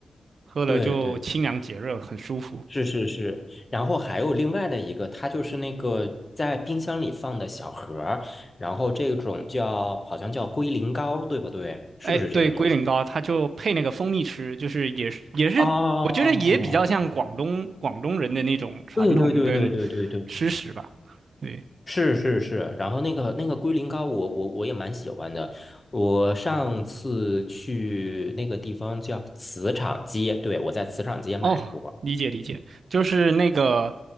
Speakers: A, on the right; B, on the left.
A: 喝了就清凉解热，
B: 对对
A: 很舒服。
B: 是是是，然后还有另外的一个，它就是那个在冰箱里放的小盒儿，然后这种叫好像叫龟苓膏，对不对？是不是这个名字？
A: 哎，对，龟苓膏它就配那个蜂蜜吃，就是也是也是，
B: 哦，
A: 我觉得也比较像广东广东人的那种传统跟
B: 对对对对对对对，
A: 吃食吧。对，
B: 是是是。然后那个那个龟苓膏我，我我也蛮喜欢的。我上次去那个地方叫磁场街，对，我在磁场街买过，
A: 哦，理解理解，就是那个